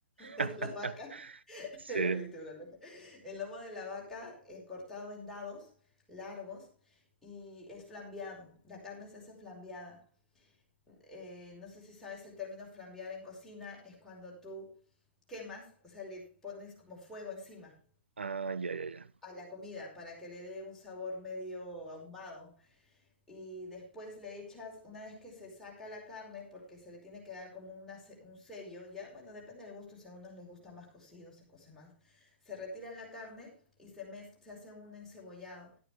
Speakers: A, in the centre; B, on the right.
A: de
B: <laughs>
A: la vaca, <laughs>
B: Sí.
A: El lomito de El lomo de la vaca es cortado en dados largos y es flambeado. La carne se hace flambeada. Eh, no sé si sabes el término flambear en cocina, es cuando tú quemas, o sea, le pones como fuego encima
B: Ah, ya, ya, ya.
A: a la comida para que le dé un sabor medio ahumado y después le echas, una vez que se saca la carne, porque se le tiene que dar como una un sello, ya, bueno, depende del gusto, si a unos les gusta más cocido, se cose más, se retira la carne y se, mez- se hace un encebollado,